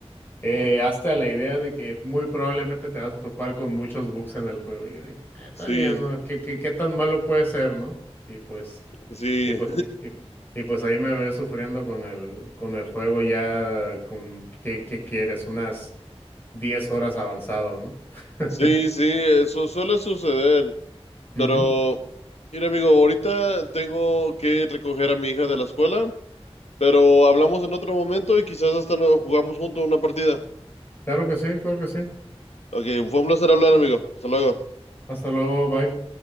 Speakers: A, on the left; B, on the left.
A: Eh, hasta la idea de que muy probablemente te vas a topar con muchos bugs en el juego. Y yo dije, "Ah, está
B: Sí,
A: bien, ¿no? ¿Qué, qué, qué tan malo puede ser, ¿no? Y pues,
B: sí,
A: y pues, y, y- y pues ahí me ves sufriendo con el, con el juego ya con, ¿qué, qué quieres? Unas 10 horas avanzado, ¿no? <laughs>
B: sí, sí, eso suele suceder.
A: Ujú.
B: Pero, mira, amigo, ahorita tengo que recoger a mi hija de la escuela, pero hablamos en otro momento y quizás hasta no- jugamos juntos una partida.
A: Claro que sí, claro que sí.
B: Ok, fue un placer hablar, amigo. Hasta luego.
A: Hasta luego, bye.